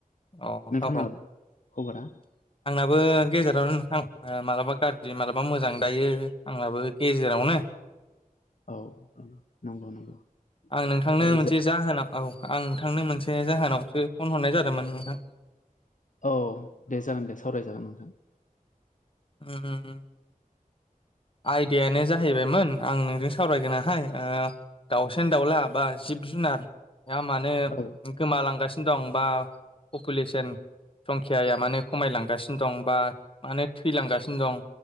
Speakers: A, on the left (about 35°); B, on the left (about 60°).
A: अ औ
B: नोंथाङालाय खबरा
A: आंबो गेजेरावनो नोंथां मालाबा गाज्रि मालाबा मोजां दायो आंनाबो गेजेरावनो
B: औ औ नंगौ नंगौ
A: आं नोंथांनो
B: ओमफ्राय
A: मोनसे
B: जा
A: जाहोनाव औ आं नोंथांनो मोनसे जाहोनावसो फन हरनाय जादोंमोन नोंथां
B: औ दे जागोन दे सावराय जागोन नोंथां
A: ओम ओम ओम आयदायानो जाहैबायमोन आं नोंजों सावरायगोनहाय अ दाउसेन दाउला बा जिब जुन नार आ मानो
B: औ
A: गोमालांगासिनो दं बा पपुलेसन संखियाया मानो खमायलांगासिनो दं बा मानो थैलांगासिनो दं